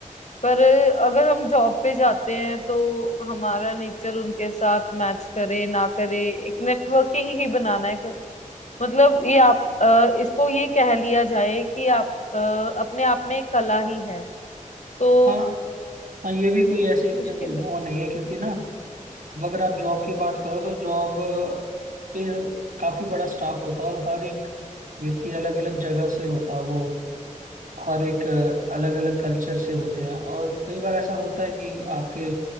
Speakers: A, on the left; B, on the right.
A: पर अगर हम जॉब पे जाते हैं तो हमारा नेचर उनके साथ मैच करे ना करे एक नेटवर्किंग ही बनाना है मतलब ये आप अ, इसको ये कह लिया जाए कि आप अ, अपने आप में एक कला ही है तो
B: हाँ हाँ ये भी कोई ऐसे इतने
A: मुश्किल
B: कोई वो
A: है।
B: नहीं है क्योंकि ना अब अगर आप जॉब की बात करो तो जॉब पे काफी बड़ा स्टाफ होता है और हर एक व्यक्ति अलग अलग जगह से होता है वो हर एक अलग अलग कल्चर से होते हैं और कई बार ऐसा होता है कि आपके